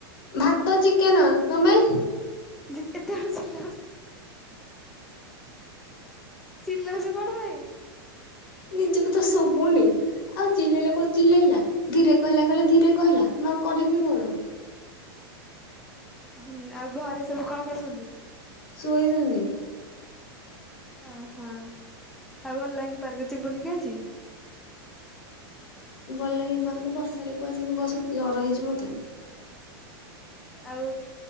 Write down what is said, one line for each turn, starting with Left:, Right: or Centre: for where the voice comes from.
Left: ଭାତ ଚିକେନ ତମେ?
Centre: ଯେ କେତେ <unintelligible> ଚିଲଉଛୁ କଣ ପାଇଁ?
Left: ନିଜକୁ ତ ଶୁଭୁନି ଆଉ ଚିଲେଇଲେ କହୁଚୁ ଚିଲେଇଲା ଧୀରେ କହିଲା କହିଲା ଧୀରେ କହିଲା ମୁଁ ଆଉ କରିବି କଣ?
Centre: ହୁଁ ଆଉ ଘରେ ସବୁ କଣ କରୁଛନ୍ତି?
Left: ଶୋଇଚନ୍ତି।
Centre: ଓ ହୋ ଆଉ ଅଲାଙ୍କି ପାର୍କ ଯିବୁନି କି ଆଜି?
Left: ଭଲ ଲାଗିଲେ ବାହାରକୁ ବର୍ଷାରେ କୁଆଡେ ଯିବୁ ବସେ ଜର ହେଇଛି ମତେ
Centre: ଆଉ